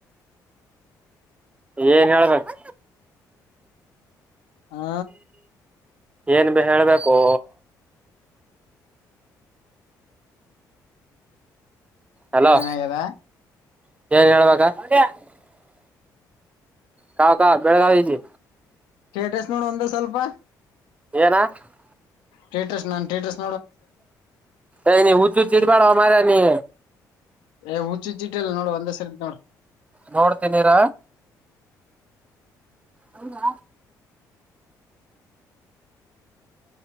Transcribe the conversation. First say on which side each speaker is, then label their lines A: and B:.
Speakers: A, on the right (about 15°); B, on the left (about 85°).
A: ಏನ್ ಹೇಳ್ಬೇಕು.
B: ಹಾ
A: ಏನ್ ಬೆ ಹೇಳ್ಬೇಕೊ. ಹಲೋ
B: ಏನಾಗ್ಯದ
A: <unintelligible> ಕಾ ಕಾ ಬೆಳಗಾಗಿದಿ.
B: <unintelligible> ನೋಡು ಒಂದೆ ಸ್ವಲ್ಪ.
A: ಏನ <unintelligible>
B: ಟೇಟಸ್ ನನ್ ಟೇಟಸ್.
A: ಎ ನಿ ಹುಚ್ ಹುಚ್ ಇಡ್ ಬ್ಯಾಡೋ ಮಾರಯ ನೀ.
B: ಏ ಹುಚ್ ಹುಚ್ ಇಟಲ್ಲ ನೋಡ್ ಒಂದ್ ಸರಿ ನೋಡ್.
A: ನೋಡ್ತಿನಿರ. ಹೌದಾ